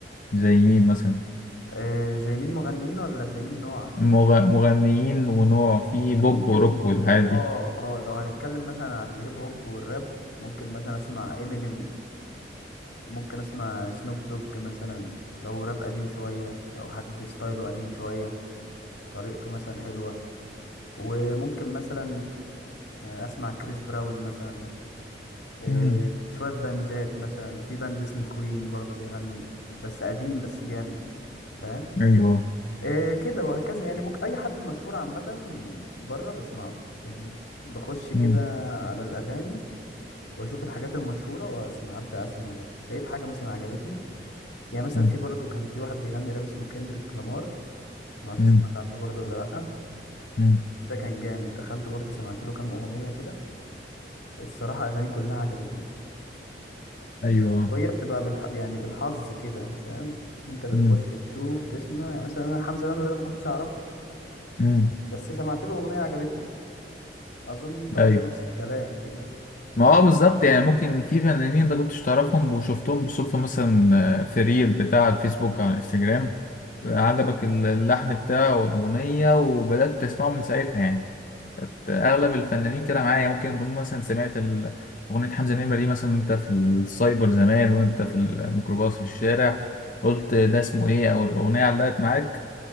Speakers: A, on the left; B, on the left.
A: زي مين مثلا
B: آه زي مين مغنيين ولا زي مين نوع
A: مغ-
B: كانوا
A: مغنيين ونوع في بوب
B: ممكن
A: وروك والحاجات
B: اه
A: دي
B: اه لو هنتكلم مثلا على الهيب هوب والراب ممكن مثلا اسمع امينيم وممكن اسمع سنوب دوج مثلا لو راب قديم شويه او حد ستايله قديم شويه طريقته مثلا حلوه وممكن مثلا آه، اسمع كريس براون مثلا آه،
A: مم.
B: شوية باندات مثلا في باند اسمه كوين برضو بيغني بس قديم بس جامد فاهم
A: ايوه
B: آه، كده وهكذا يعني ممكن أي حد مشهور عامة بره بسمعه يعني بخش كده
A: مم.
B: على الأغاني وأشوف الحاجات المشهورة وأسمع أبدأ أسمع بقى لقيت حاجة مثلا عجبتني يعني مثلا
A: مم.
B: في برضو كان في واحد بيغني راب اسمه كندريك لامار معرفش
A: مم.
B: سمعت عنه برضو ولا لأ
A: مم.
B: ده كان جامد دخلت برضو سمعت له كام أغنية كده الصراحة أغانيه كلها عجبتني
A: ايوه
B: وهي بتبقى بالح... يعني بالحظ كده فاهم انت بتخش
A: مم.
B: تشوف تسمع يعني مثلا انا حمزة نمرة ده ما كنتش اعرفه
A: مم.
B: بس سمعت له اغنية عجبتني اظن انت برضو
A: ايوه
B: نفس الكلام كده
A: ما هو بالظبط يعني ممكن في فنانين انت كنتش تعرفهم وشفتهم بالصدفة مثلا آه، في ريل بتاع الفيسبوك على الانستجرام عجبك
B: اه
A: ال- اللحن بتاعه والأغنية وبدأت تسمعه من ساعتها يعني أغلب الفنانين كده معايا ممكن تكون مثلا سمعت ال- أغنية حمزة نمرة دي مثلا وأنت في السايبر زمان وأنت في الميكروباص في الشارع قلت ده اسمه إيه أو الأغنية علقت معاك